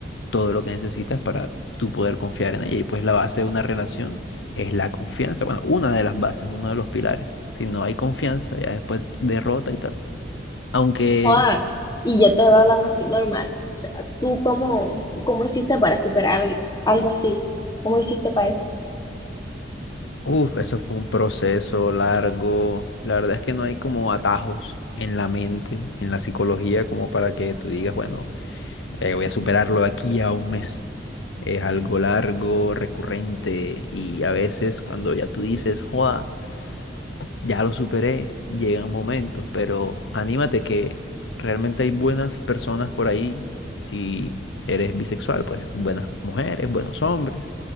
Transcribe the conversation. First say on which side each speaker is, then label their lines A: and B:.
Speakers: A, on the left; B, on the left.
A: todo lo que necesitas para tú poder confiar en ella. Y pues la base de una relación es la confianza. Bueno, una de las bases, uno de los pilares. Si no hay confianza, ya después derrota y tal. Aunque,
B: Ah, y yo te voy hablando así normal. O sea, ¿tú cómo, cómo hiciste para superar algo así? ¿Cómo hiciste para eso?
A: uff, eso fue un proceso largo. La verdad es que no hay como atajos en la mente, en la psicología, como para que tú digas, bueno, eh, voy a superarlo de aquí a un mes. Es algo largo, recurrente, y a veces cuando ya tú dices, joda, Ya lo superé, llegan momentos, pero anímate que realmente hay buenas personas por ahí. Si eres bisexual, pues buenas mujeres, buenos hombres.